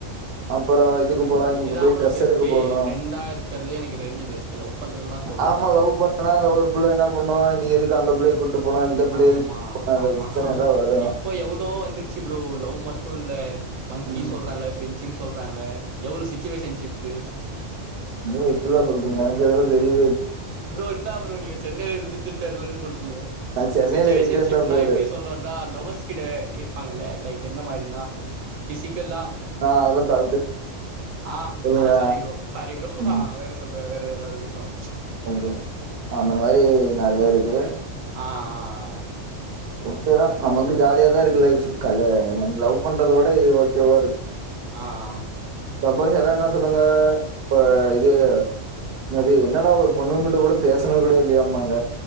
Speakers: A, on the right; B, on the right.
A: அப்புறோ த் இதுக்கு போலா இன்னைக்கு
B: இதுதா
A: போய்
B: ப்ரோ
A: ட்ரெஸ்
B: பெஸ்ட்டு
A: எடுக்க போணு
B: ஃப்ரெண்டா இருக்கறதே எனக்கு தெரிஞ்சு பெஸ்ட்டு லவ் பண்றதுலா தொல்ல
A: நாம
B: தா
A: லவ் பண்ணா ஒரு புள்ள என்ன பண்ணு நீ எதுக்கு அந்த புள்ளைய கூட்டு போன இந்த புள்ளைய
B: ம்மா
A: எதுக்கு அது
B: ஆமா
A: பிரச்சன எல்லா வரு
B: இப்ப எவ்ளோ வந்துருச்சு ஃப்ரோ லவ் மட்டு இல்ல மங்கி
A: ம்
B: சொல்றாங்க பெஞ்சிங் சொல்றாங்க எவ்ளோ சிச்சுவேஷன்ஷிப்பு
A: என்னங்க இப்பெல்லா சொல்றீங்க எனக்கு இதெல்லா தெரிய
B: ஃப்ரோ என்ன ஃப்ரோ நீங்க சென்னையில இருந்துட்டு தெரெலன்னு சொல்றீங்க
A: நா சென்னைல
B: சிச்சுவேஷன்ஷிப்னா
A: இருக்கேன்தா பெ
B: எப்டி சொல்றதுனா லவர்ஸ் கிட்ட இருப்பாங்கல்ல லைக் எந்த மாரினா ஃபிசிக்கல்லா
A: ஆ அதெல்லா
B: ஆ
A: சொல்லுங்க
B: அ சாரி ஃப்ரோ சாரி ஃப்ரோ
A: ம்
B: ஆ வேற சொல்லுரே வேற வே ஏதாவது பேசுவோ
A: ஓகே அந்த மாரி நறைய இருக்கு
B: ஆ ஆ ஆ
A: ஓகேதா நமக்கு ஜாலியாதா இருக்கு லைஃப்ஸ் கல்லு உங்க லவ் பண்றத விட இது ஓகேவா இருக்
B: ஆ ஆ
A: சப்போஸ் எல்லா என்ன சொல்லுவாங்க இப்ப இது என்னது என்னடா ஒரு பொண்ணுங்குட்ட கூட பேசணுது கூட இல்லையாம்பாங்க